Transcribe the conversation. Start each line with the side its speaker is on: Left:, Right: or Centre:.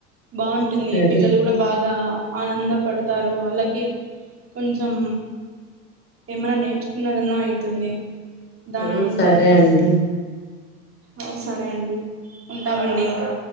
Right: బాంటుంది
Left: సరే
Right: పిల్లలు కూడా బాగా ఆనంద పడతారు వాళ్ళకి కొంచెం ఏమన నేర్చుకున్నదన్నా అయితుంది దాని
Left: ఆ
Right: నుంచి
Left: సరే అండి
Right: ఓ సరే అండి ఉంటామండి ఇంకా